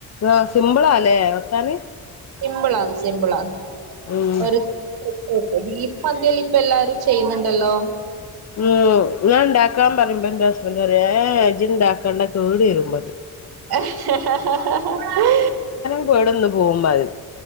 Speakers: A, on the left (about 45°); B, on the right (about 75°).
A: ആഹ് സിംമ്പിളാല്ലേ വെക്കാന്
B: സിമ്പിൾ ആന്ന് സിമ്പിളാന്ന്
A: ഉം
B: ഒരു <unintelligible> ബീഫ് മന്തിയെല്ലം ഇപ്പ എല്ലാരും ചെയ്യുന്ന്ണ്ടല്ലോ
A: ഉം ഞാൻ ഇണ്ടാക്കാൻ പറയുമ്പോ ഇന്റെ ഹസ്ബന്റ് പറയും ഏഹ് ഇജ്ജ് ഇണ്ടാക്കണ്ടാ കേട് വെരും പറയും
B: എ ഹ് ഹ ഹ ഹ ഹ ഹ്
A: കേട് വന്ന് പോകും പറയും